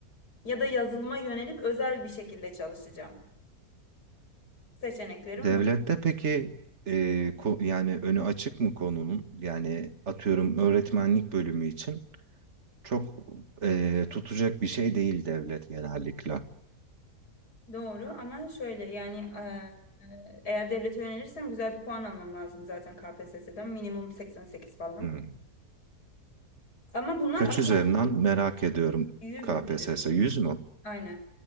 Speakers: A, on the left; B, on the right.
A: ya da yazılıma yönelip özel bir şekilde çalışacağım. Seçeneklerim
B: Devlette
A: bu.
B: peki e, ko- yani önü açık mı konunun? Yani atıyorum öğretmenlik bölümü için çok e, tutacak bir şey değil devlet genellikle.
A: Doğru ama şöyle yani e, e, eğer devlete yönelirsem güzel bir puan almam lazım zaten KPSS'den minimum 88 falan.
B: Hmm.
A: Ama bunlar
B: Kaç
A: atanmak
B: üzerinden
A: için
B: merak ediyorum
A: 100
B: KPSS
A: üzerinde.
B: 100 mü?
A: Aynen.